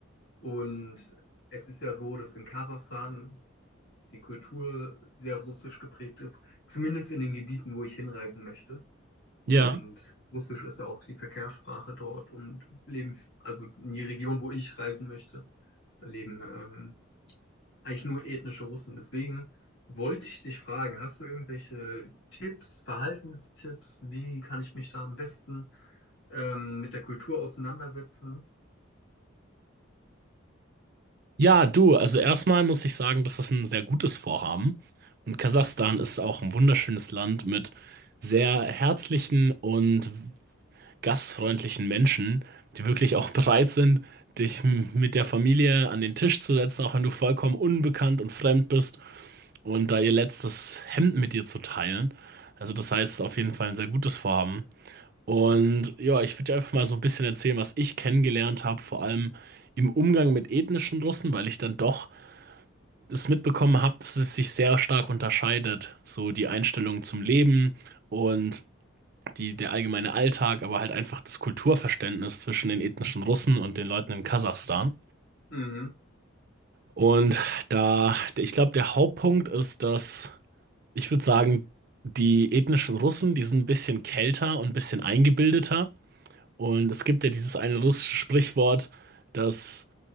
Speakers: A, on the left (about 65°); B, on the right (about 45°).
A: und es ist ja so, dass in Kasachstan die Kultur sehr russisch geprägt ist, zumindest in den Gebieten, wo ich hinreisen möchte. Und
B: Ja.
A: Russisch ist ja auch die Verkehrssprache dort und es leben, also in die Region, wo ich reisen möchte, da leben ähm, eigentlich nur ethnische Russen. Deswegen wollte ich dich fragen, hast du irgendwelche Tipps, Verhaltenstipps? Wie kann ich mich da am besten ähm, mit der Kultur auseinandersetzen?
B: Ja, du, also erstmal muss ich sagen, dass das ein sehr gutes Vorhaben. Und Kasachstan ist auch ein wunderschönes Land mit sehr herzlichen und gastfreundlichen Menschen, die wirklich auch <laughs> bereit sind, dich m- mit der Familie an den Tisch zu setzen, auch wenn du vollkommen unbekannt und fremd bist und da ihr letztes Hemd mit dir zu teilen. Also das heißt, es ist auf jeden Fall ein sehr gutes Vorhaben. Und ja, ich würde dir einfach mal so ein bisschen erzählen, was ich kennengelernt habe, vor allem im Umgang mit ethnischen Russen, weil ich dann doch es mitbekommen habe, dass es sich sehr stark unterscheidet. So die Einstellung zum Leben und die, der allgemeine Alltag, aber halt einfach das Kulturverständnis zwischen den ethnischen Russen und den Leuten in Kasachstan.
A: Mhm.
B: Und da, ich glaube, der Hauptpunkt ist, dass ich würde sagen, die ethnischen Russen, die sind ein bisschen kälter und ein bisschen eingebildeter. Und es gibt ja dieses eine russische Sprichwort, dass